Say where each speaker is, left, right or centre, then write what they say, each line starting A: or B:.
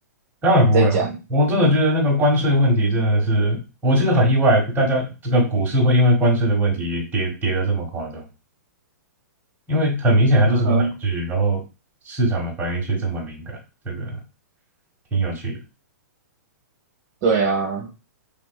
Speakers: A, on the right; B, on the right.
A: 当然不会了。
B: 在讲，
A: 我真的觉得那个关税问题真的是，我其实很意外，大家这个股市会因为关税的问题跌跌得这么夸张，因为很明显它就是个闹剧，
B: 嗯哼，
A: 然后市场的反应却这么敏感，这个。挺有趣的。
B: 对啊，